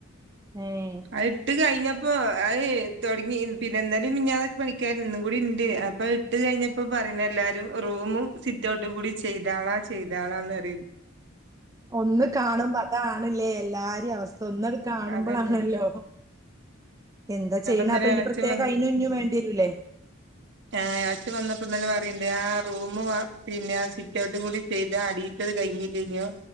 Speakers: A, on the right; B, on the right.
A: ഏഹ്
B: അത് ഇട്ട് കഴിഞ്ഞപ്പോ അത് തൊടങ്ങി പിന്നെ ഇന്നലിം മിഞ്ഞാന്നൊക്കെ പണിക്കാര്ണ്ട് ഇന്നും കൂടി ഉണ്ട് അപ്പൊ ഇട്ട് കഴിഞ്ഞപ്പോ പറയുന്നെ എല്ലാരും റൂമും സിറ്റ്ഔട്ടും കൂടി ചെയ്താളാ ചെയ്താളാന്ന്റിയുന്ന്
A: ഒന്ന് കാണുമ്പോ അതാണല്ലേ എല്ലാരിം അവസ്ഥ ഒന്നാട്ട് കാണുമ്പോളാണല്ലോ
B: അതന്നെ
A: എന്താ ചെയ്യ്ണ്
B: ഇന്നലെ
A: അപ്പൊ ഇനി
B: എളച്ചൻ
A: പ്രത്യേക അയ്നും ഇഞ്ഞും വേണ്ടിരൂല്ലേ
B: ആഹ് <unintelligible> വന്നപ്പോ ഇന്നലെ പറയ്ണ്ട് ആ റൂമും പിന്നെ ആ സിറ്റ ഔട്ടും കൂടി ചെയ്താതി. ഇട്ടത് കഴ്ഞ്ഞില്ലെനോ